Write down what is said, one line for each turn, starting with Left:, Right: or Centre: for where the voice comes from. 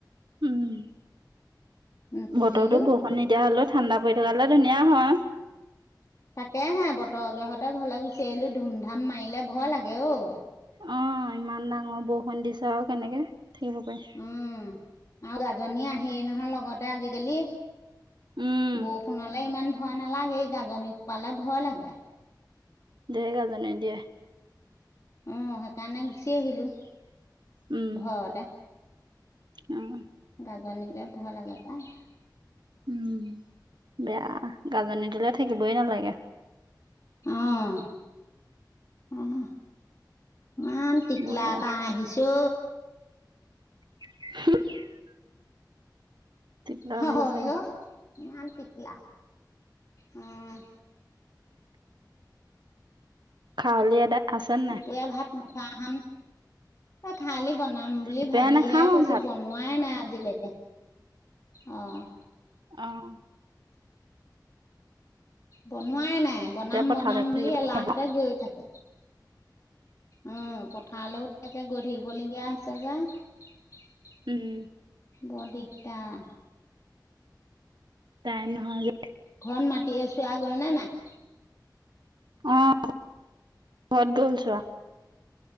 Right: উম,
Left: নুতুলিলোঁ
Right: বতৰটো বৰষুণ নিদিয়া হ'লেও ঠাণ্ডা পৰি থকা হ'লে ধুনীয়া হয়।
Left: তাকে হে, বতৰ জহঁতে ঘৰলৈ গুচি আহিলো, ধুম ধাম মাৰিলে ভয় লাগে অ'।
Right: অ' ইমান ডাঙৰ বৰষুণ দিছা আৰু কেনেকে, থাকিব পাৰে।
Left: উম, আৰু গাজনী আহে নহয় লগতে আজিকালি।
Right: উম
Left: বৰষুণলে ইমান ভয় নালাগে, এই গাজনি খোপালে ভয় লাগে।
Right: ধেৰ গাজনি দিয়ে।
Left: অ' সেইকাৰণে গুচি আহিলোঁ,
Right: উম
Left: ঘৰতে।
Right: উম।
Left: গাজনিলৈ ভয় লাগে পায়।
Right: উম, বেয়া, গাজনী দিলে থাকিবই নালাগে।
Left: অ', উম, উম। টিকলা
Right: বৰ বেয়া
Left: এটা আহিছো।
Right: <unintelligible> দিগদাৰ
Left: হয়
Right: হৈ গৈছে
Left: অ' ইমান টিকলা উম।
Right: খাৱলি এদাই আছে নাই
Left: দুপৰীয়া ভাত মুখা খাম, খালি বনাম বুলি
Right: দুপৰীয়া
Left: ভাবিহে
Right: নাখাম
Left: থৈছো
Right: আৰু ভাত
Left: বন হোৱাই নাই আজিলৈকে। অ'।
Right: অ'।
Left: বনোৱাই নাই, বনাম
Right: এতিয়া পথাৰলৈ
Left: বনাম, বুলি
Right: থাকিলেও
Left: এলাহতে
Right: হ'ব
Left: গৈ থাকে। উম, পথাৰলৈও তেনেকে গৈ থাকিব লগীয়া হৈছে যে।
Right: উম।
Left: বৰ দিগদাৰ।
Right: টাইম নহয়।
Left: ঘৰত মাতিয়ে চোৱা গ'ল নে নাই?
Right: অ' ঘৰত গ'ল ছোৱা।